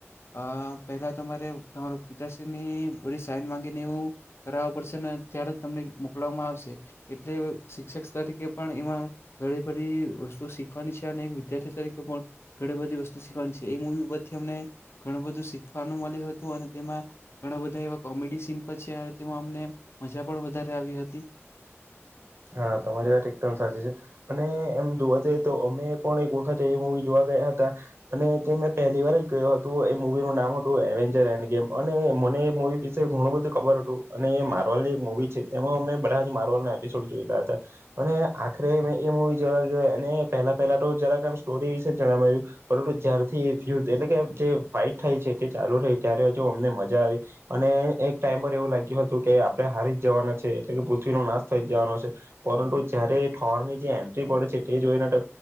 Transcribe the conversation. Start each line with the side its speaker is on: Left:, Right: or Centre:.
Left: અહ પહેલા તમારે તમારો પિતાશ્રીની બધી સાઈન માંગીને એવું કરાવવું પડશે ને ત્યારે તમને મોકલવામાં આવશે, એટલે શિક્ષક તરીકે પણ એમાં ઘણી બધી વસ્તુ શીખવાની છે, અને એક વિદ્યાર્થી તરીકે પણ ઘણી બધી વસ્તુ શીખવાની છે, એ મૂવી ઉપરથી અમને ઘણું બધું શીખવાનું મલ્યું હતું, અને તેમાં ઘણા બધા એવા કોમેડી સીન પર છે અને તેમાં અમને મજા પણ વધારે આવી હતી.
Right: હા તમારી વાત એકદમ સાચી છે, અને એમ જોવા જઈએ તો અમે પણ એક વખત એવી મૂવી જોવા ગયા હતા અને તે મેં પહેલી વાર જ ગયો હતો, એ મૂવી નું નામ હતું એવેન્જર એન્ડ ગેમ અને મને એ મૂવી વિશે ઘણું બધું ખબર હતું અને એ માર્વલ ની એક મુવી છે, તેમાં અમે બરા જ માર્વલ ને <unintelligible> હતા, અને આખરે મે એ મુવી જોવા ગયો એને પહેલા-પહેલા તો જરાક આમ સ્ટોરી વિશે જણાવાયું પરંતુ જ્યારથી એ યુદ્ધ એટલે કે જે ફાઈટ થાય છે તે ચાલુ થઈ ત્યારે જો અમને મજા આવી, અને એક ટાઈમ પર એવું લાગ્યું હતું કે આપણે હારી જ જવાના છે એટલે કે પૃથ્વીનો નાશ થઈ જ જવાનો છે પરંતું જયારે ઠોર ની જે એન્ટ્રી પડે છે તે જોઈને તો